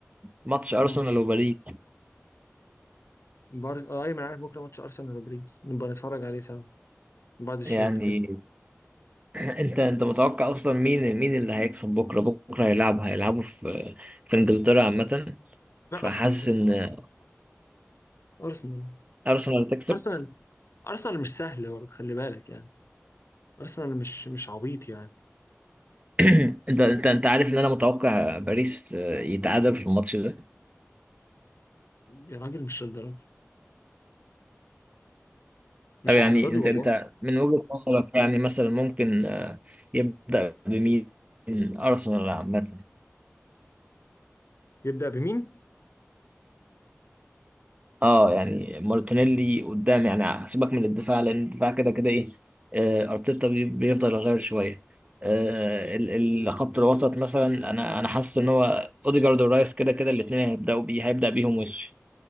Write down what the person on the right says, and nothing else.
ماتش ارسنال
وباريس
يعني
<clears throat> انت انت متوقع اصلا مين مين اللي هيكسب بكره بكره هيلعبوا هيلعبوا في في انجلترا عامه
فحاسس
ان
ارسنال تكسب
<clears throat> انت انت انت عارف ان انا متوقع باريس آه، يتعادل في الماتش ده
طب يعني
انت
انت من وجهة نظرك يعني مثلا ممكن آه، يبدأ بمين ارسنال عامه
اه يعني مارتينيلي قدام يعني هسيبك من الدفاع لان الدفاع كده كده ايه آه، ارتيتا بي- بيفضل يغير شويه آه، ال- الخط الوسط مثلا انا انا حاسس ان هو اوديجارد ورايس كده كده الاثنين هيبداوا بيه هيبدا بيهم وش